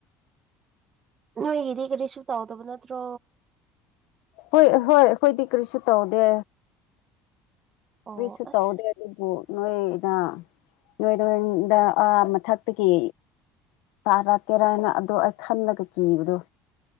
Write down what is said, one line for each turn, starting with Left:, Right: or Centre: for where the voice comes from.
Right: ꯅꯣꯏꯒꯤꯗꯤ ꯀꯔꯤꯁꯨ ꯇꯧꯗꯕ ꯅꯠꯇ꯭ꯔꯣ꯫
Left: ꯍꯣꯏ ꯍꯣꯏ ꯑꯈꯣꯏꯗꯤ ꯀꯔꯤꯁꯨ ꯇꯧꯗꯦ꯫
Right: ꯑꯣ
Left: ꯀ꯭ꯔꯤꯁꯨ
Right: ꯑꯁ
Left: ꯇꯩꯗꯦ꯫ ꯑꯗꯨꯕꯨ ꯅꯣꯏꯗꯥ ꯅꯣꯏꯗꯣꯟꯗ ꯑꯥ ꯃꯊꯛꯇꯒꯤ ꯇꯥꯔꯛꯀꯦꯔꯥ ꯍꯥꯏꯅ ꯑꯗꯣ ꯑꯩ ꯈꯟꯂꯒ ꯀꯤꯕꯗꯨ꯫